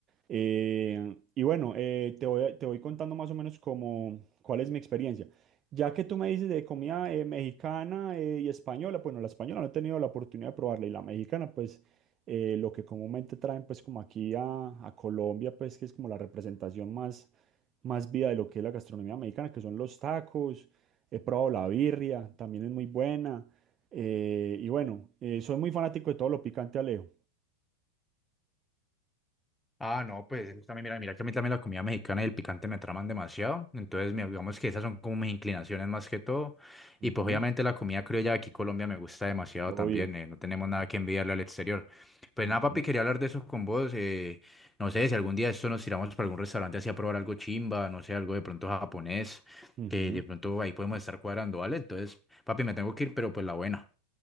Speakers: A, on the right; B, in the centre.
A: Eh, y bueno, eh, te voy, a- te voy contando más o menos como cuál es mi experiencia. Ya que tú me dices de comida eh, mexicana eh, y española, bueno, la española no he tenido la oportunidad de probarla y la mexicana, pues eh, lo que comúnmente traen pues como aquí a, a Colombia, pues que es como la representación más, más viva de lo que es la gastronomía mexicana, que son los tacos, he probado la birria, también es muy buena, eh, y bueno, eh, soy muy fanático de todo lo picante, Alejo.
B: Ah, no, pues eso también, mira, mira que a mí también la comida mexicana y el picante me traman demasiado. Entonces, mi- digamos que esas son como mis inclinaciones más que todo. Y
A: Ujú,
B: pues obviamente la comida criolla de aquí en Colombia me gusta demasiado
A: obvio.
B: también. eh, no tenemos nada que envidiarle al exterior. Pues
A: Ujú,
B: nada, papi, quería hablar de eso con vos. eh, no sé, si algún día esto nos tiramos para algún restaurante así a probar algo chimba, no sé, algo de pronto japonés,
A: ujú.
B: que de pronto ahí podemos estar cuadrando, ¿vale? Entonces, papi, me tengo que ir, pero pues la buena.